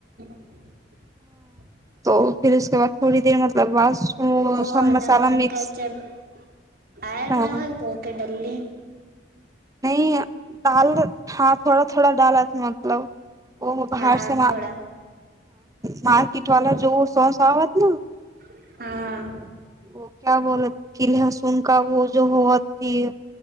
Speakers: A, on the right; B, on the right.
A: ह <unintelligible>
B: त फिर उसके बाद थोड़ी देर मतलब ब
A: वो
B: सब
A: अलग
B: मसाला
A: अलग
B: मिक्स
A: केचप आयल
B: ह
A: रहलल तऽ ओ के डलली
B: नहि डाल हँ थोड़ा थोड़ा डालत मतलब ओ बाहर
A: हँ
B: से ह
A: थोड़ा
B: मार्किट वाला जो शौस आवत न
A: हँ
B: ओ क्या बोलत की लहसुन का वो जो होयतिय